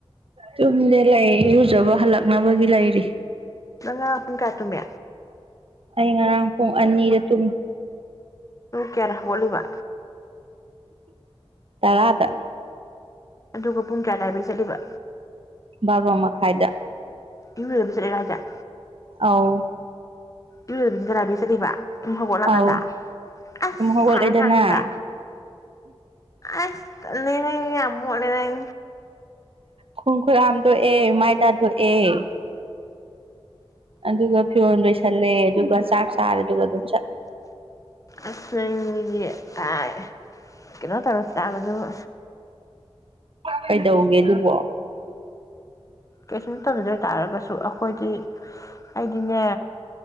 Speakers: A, on the right (about 60°); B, on the left (about 30°).
A: ꯇꯨꯝꯗꯦ ꯂꯩ ꯏꯔꯨꯖꯕ ꯍꯜꯂꯛꯅꯕꯒꯤ ꯂꯩꯔꯤ
B: ꯅꯪꯉꯔꯥꯡ ꯄꯨꯡ ꯀꯥꯌꯥ ꯇꯨꯃꯤ
A: ꯑꯩ ꯉꯔꯥꯡ ꯄꯨꯡ ꯑꯅꯤꯗ ꯇꯨꯝ
B: ꯀꯌꯥꯗ ꯍꯧꯒꯠꯂꯤꯕ
A: ꯇꯔꯥꯗ
B: ꯑꯗꯨꯒ ꯄꯨꯡ ꯀꯌꯥꯗ ꯂꯥꯏꯕ꯭ꯔꯤ ꯆꯠꯂꯤꯕ
A: ꯕꯥꯔꯣ ꯃꯈꯥꯏꯗ
B: ꯏꯔꯨꯗꯕꯤ ꯆꯠꯂꯤꯔ‌ꯣ ꯍꯥꯏꯁ‌ꯦ
A: ꯑꯥꯎ
B: ꯏꯔꯨꯖꯗꯕꯤꯗ ꯂꯥꯏꯕ꯭ꯔꯤ ꯆꯠꯂꯤꯕ ꯇꯨꯝ ꯍꯧꯒꯠꯂꯀꯥꯟꯗ
A: ꯑꯧ
B: ꯑꯁ
A: ꯁꯨꯝ ꯍꯧꯒꯠꯂꯦꯗꯅ
B: ꯁꯥꯔ ꯀꯥꯟꯗꯨꯗ ꯑꯁ ꯇꯜꯂꯤꯍ‌‌ꯦ ꯅꯪꯁꯤ ꯌꯥꯝ ꯃꯣꯠꯂ‌‌ꯦ ꯅꯪ
A: ꯈ‌ꯣꯡꯈꯨꯠ ꯍꯥꯝꯇ‌ꯣꯛ ꯑꯦ ꯃꯥꯏꯇꯥꯊ‌ꯣꯛ ꯑꯦ ꯑꯗꯨꯒ ꯐꯤꯔꯣꯟ ꯂꯣꯏꯁꯜꯂꯦ ꯑꯗꯨꯒ ꯆꯥꯛ ꯆꯥꯔꯦꯗꯨꯒ ꯑꯗꯨꯝ ꯆꯠꯂꯦ
B: ꯑꯁ ꯅꯪꯁꯤꯗꯤ ꯇꯥꯏ ꯀꯩꯅꯣ ꯇꯧꯔ ꯆꯥꯕꯗꯨꯕꯨ
A: ꯀꯩꯗꯧꯒꯦ ꯑꯗꯨꯕꯣ
B: ꯀꯩꯁꯨꯅꯠꯇꯕꯤꯗ ꯇꯥꯔꯒꯁꯨ ꯑꯩꯈꯣꯏꯗꯤ ꯑꯩꯗꯤꯅꯦ